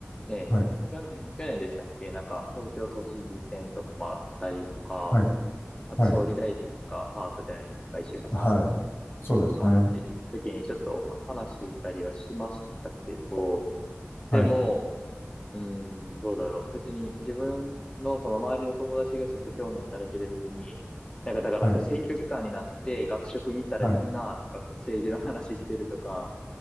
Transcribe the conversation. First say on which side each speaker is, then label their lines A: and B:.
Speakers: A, on the left; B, on the left.
A: ね、
B: はい。
A: 去年、去年でしたっけなんか東京都知事選とかもあったりとか、
B: はい。
A: あと総理大臣が変わったじゃないですか、
B: はい。
A: 石破さん
B: はい。そうですね。
A: とかっていう時にちょっとお話話したりはしましたけど、
B: はい。
A: でも、うん、どうだろう。別に自分のその周りの友達がちょっと興味あっただけで別に、なんかだからそう選挙期間になって学食に行ったらみんななんかこう政治の話してるとか、
B: はい。はい。